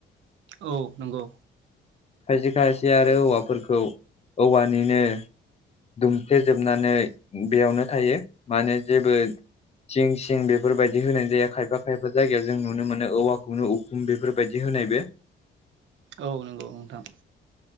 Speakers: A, on the right (about 70°); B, on the left (about 30°).
A: औ नंगौ।
B: खायसे खायसे आरो औवाफोरखौ औवानिनो दुमथ्लेेजोबनानै बेयावनो थायो माने जेबो सिं सिं बेफोरबायदि होनाय जाया खायफा खायफा जायगायाव जों नुनो मोनो औवाखौनो उखुम बेफोरबायदि होनायबो
A: औ नंगौ नोंथां